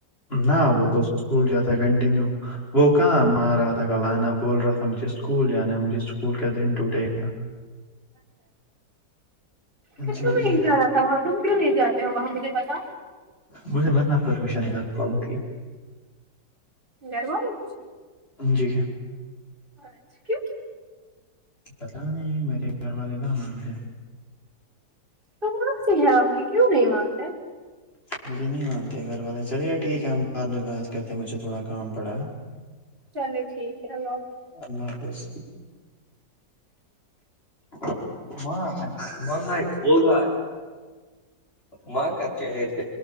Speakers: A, on the left (about 30°); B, on the right (about 30°).
A: نہ وہ تو اسکول جاتا ہے کنٹینیو وہ کہاں ما آ رہا تھا کلاننا بول رہا تھا مجھے اسکول جانا مجھے اسکول کا دن ٹوٹے گا
B: تم
A: جی جی
B: نہیں جانا تھا وہاں تم کیوں نہیں جاتے ہو وہاں مجھے پتا
A: مجھے متنا پرمیشن ہے گھر والوں کی
B: گھر والوں کی
A: جی
B: اچھا کیوں
A: پتا نہیں میرے گھر والے کہاں مانتے ہیں
B: تو وہاں س ہے آپ کی کیوں نہیں مانتے ہے
A: مجھے نہیں مانتے گھر والے چلے ٹھیک ہے ہم بعد میں بات کرتے مجھے تھوڑا کام پڑا
B: چلے ٹھیک ہے اللہ حافظ
A: اللہ حافظ <unintelligible> ماں کا چاہیتا